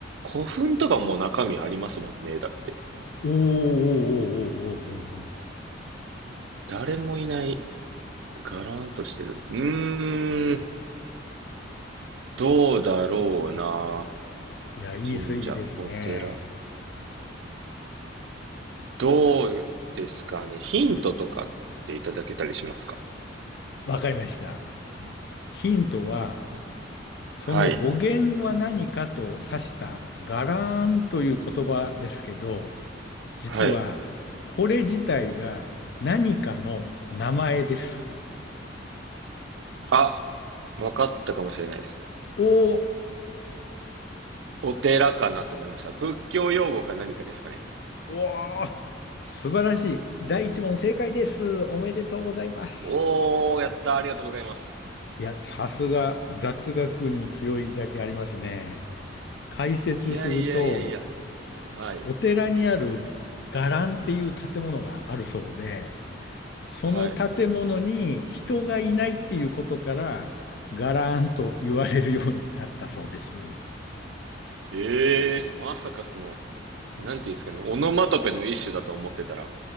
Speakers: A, on the right (about 70°); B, on the left (about 55°).
A: 古墳とかも中身ありますもんね、だって。
B: おーおーおーおーおーおーおー
A: 誰もいない、ガラーンとしてる。うーん、どうだろうな。
B: いや、いい数字ですね。
A: 神社、お寺。どうですかね。ヒントとかっていただけたりしますか
B: わかりました。ヒントは、その語源は何かと指したガラーンという言葉ですけど、
A: はい。
B: 実はこれ自体が何かの名前です。
A: はい。あ、わかったかもしれないです。
B: おー、
A: お寺かなと思いました。仏教用語か何かですかね。
B: うわー、素晴らしい。第一問正解です。おめでとうございます。
A: おー、やった。ありがとうございます。
B: いや、さすが雑学に強いだけありますね。解説すると、
A: いやいやいやいや。はい。
B: お寺にある伽藍っていう建物があるそうで、その建物に人がいないっていうことから、
A: はい。
B: 伽藍と言われるようになったそうです。
A: ええー、まさかその、なんていうんですかね、オノマトペの一種だと思ってたら、